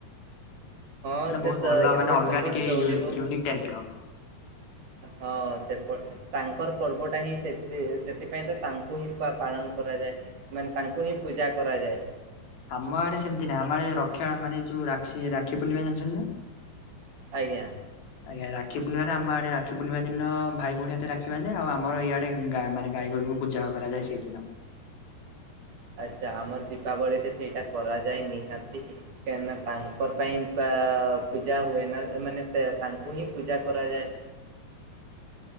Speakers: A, on the right; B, on the left.
A: ହଁ
B: ମାନେ
A: ସେ
B: ବହୁତ ଭଲ
A: ଏପଟ
B: ମାନେ ଅଲଗା
A: ସେପଟ
B: ଟିକେ
A: ଦୌଡିବ
B: ୟୁ-ୟୁନିକ୍ ଟାଇପର।
A: ହଁ ସେପ ତାଙ୍କର ପର୍ବ ଟା ହିଁ ସେତେ ସେଥିପାଇଁ ତ ତାଙ୍କୁ ହିଁ ପା-ପାଳନ କରାଯାଏ ମାନେ ତାଙ୍କୁ ହିଁ ପୂ ପୂଜା କରାଯାଏ।
B: ଆମ ଆଡେ ସେମିତି ନାଇଁ ଆମର ରକ୍ଷା ମାନେ ଯୋଉ ରାକ୍ଷୀ ରାକ୍ଷୀ ପୂର୍ଣ୍ଣିମା ଜାଣିଛନ୍ତି ନା।
A: ଆଜ୍ଞା।
B: ଆଜ୍ଞା ରାକ୍ଷି। ପୂର୍ଣ୍ଣିାରେ ଆେ ରାକ୍ଷୀ ପୂର୍ଣି ଦିନ ଭାଇ ଭଉଣୀ ହାତରେ ରାକ୍ଷୀ ବାନ୍ଧେ ଆମ ଇଆଡେ ଗା ମାନ ଗାଈ ଗୋରୁଙ୍କୁ ପୂଜା କରା ରା ସେଇଦିନ।
A: ଆଚା ଆମର ଦୀପାବଳିରେ ସେଇଟା କରାଯାଏ ନିହା କାହିଁନା ତାଙ୍କ ପାଇଁ ପା ପୂଜା ହୁଏ ନା ମାନେ ତେ ତାଙ୍କୁ ହିଁ ପୂଜା କରାଯାଏ।